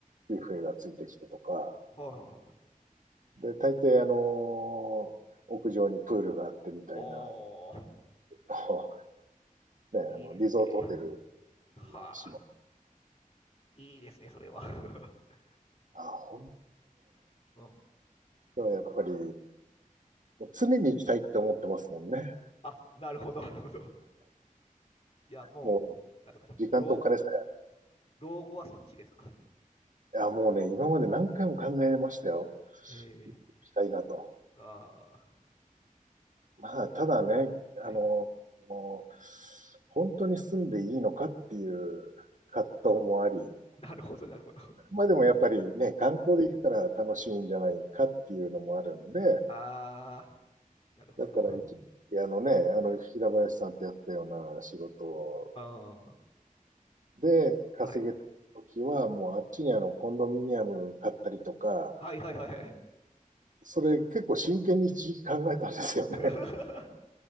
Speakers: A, on the right; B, on the left.
A: ビュッフェがついてきてとか、
B: はいはいはい。
A: で、大抵、あの、屋上にプールがあってみたいな、
B: おー、
A: <laughs> あのね、あの、
B: いいですね。
A: リゾートホテル
B: はあ。
A: にしも、
B: いいですね、それは。<laughs>
A: あ、ほんね。
B: うん。
A: でもやっぱり、もう常に行きたいって思ってますもんね。
B: あ、なるほど、なるほど。じゃあもう、
A: もう、
B: なんですかね。
A: 時間とお金さ
B: 老、老後はそっちですか。
A: え。いや、もうね、今まで何回も考えましたよ。
B: ええ
A: 行きたいなと。
B: ーあ
A: まあ、ただね、
B: あ、はい。
A: あの、もう、本当に住んでいいのかっていう葛藤もあり、
B: なるほど、なるほど。
A: まあでもやっぱりね、観光で行くから楽しいんじゃないかっていうのもあるんで、
B: ああ、なるほど。
A: だから一時期あのね、あの平林さんってやったような仕事
B: うん。は
A: で、稼げた時は、
B: い。
A: もうあっちにあの、コンドミニアム買ったりとか、
B: はいはいはいはい。
A: それ結構真剣に一時期考えたんですよね。
B: <laughs>